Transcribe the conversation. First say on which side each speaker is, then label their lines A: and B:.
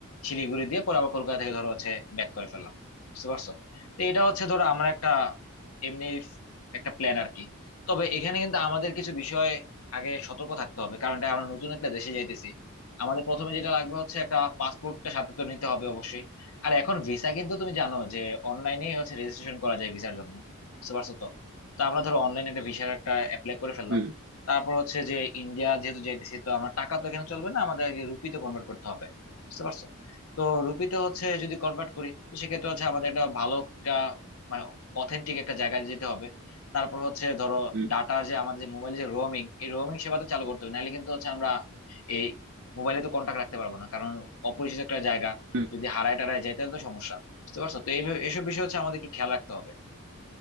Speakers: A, on the left (about 75°); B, on the right (about 50°).
A: শিলিগুড়ি দিয়ে পরে আবার কলকাতা থেকে ধরো হচ্ছে ব্যাক করে ফেললাম বুঝতে পারছো তো এটা হচ্ছে ধরো আমার একটা এমনি একটা প্ল্যান আর কি তবে এখানে কিন্তু আমাদের কিছু বিষয় আগে সতর্ক থাকতে হবে কারণ এটা আমরা নতুন একটা দেশে যাইতেছি আমাদের প্রথমে যেটা লাগবে হচ্ছে একটা পাসপোর্টটা সাথে তো নিতে হবে অবশ্যই আর এখন ভিসা কিন্তু তুমি জানো যে অনলাইনে হচ্ছে রেজিস্ট্রেশন করা যায় ভিসার জন্য বুঝতে পারছো তো তো আমরা ধরো অনলাইনে একটা ভিসার একটা অ্যাপ্লাই করে ফেললাম
B: হুম
A: তারপর হচ্ছে যে ইন্ডিয়া যেহেতু যাইতেছি তো আমার টাকা তো এখানে চলবে না আমাদের আগে রুপিতে কনভার্ট করতে হবে বুঝতে পারছো তো রুপিতে হচ্ছে যদি কনভার্ট করি তো সেক্ষেত্রে হচ্ছে আমাদের একটা ভালো একটা মানে অথেন্টিক একটা জায়গায় যেতে হবে তারপর হচ্ছে ধরো
B: হুম
A: ডাটা যে আমাদের যে মোবাইলে যে রোমিং এই রোমিং সেবাটা চালু করতে হবে নাহলে কিন্তু হচ্ছে আমরা এই মোবাইলে তো কন্টাক্ট রাখতে পারবো না কারণ অপরিচিত একটা জায়গা
B: হুম।
A: যদি হারায় টারায় যায় তাহলে তো সমস্যা বুঝতে পারছো তো এই এসব বিষয় হচ্ছে আমাদের একটু খেয়াল রাখতে হবে